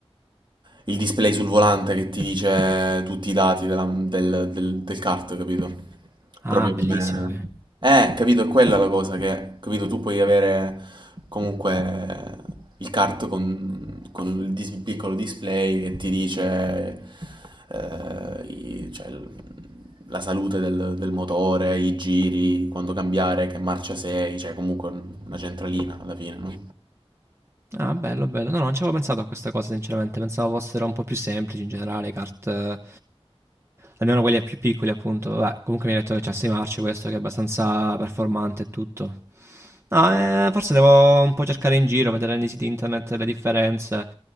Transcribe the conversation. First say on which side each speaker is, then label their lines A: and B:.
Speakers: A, on the right; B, on the right.
A: il display sul volante che ti dice tutti i dati della- del, del, del kart, capito?
B: Ah,
A: Proprio
B: bellissimo,
A: come...
B: ok.
A: Eh, capito, è quella la cosa che, capito, tu puoi avere comunque il kart con, con il dis- piccolo display che ti dice eh, i- cioè, il- la salute del, del motore, i giri, quando cambiare, che marcia sei, cioè comunque una centralina alla fine, no?
B: Ah, bello, bello. No, no, non ci avevo pensato a questa cosa, sinceramente. Pensavo fossero un po' più semplici in generale, kart... eh, Almeno quelli più piccoli, appunto. Vabbè, comunque mi hai detto che c'è 6 marce questo, che è abbastanza performante e tutto. No, eh, forse devo un po' cercare in giro, vedere nei siti internet le differenze.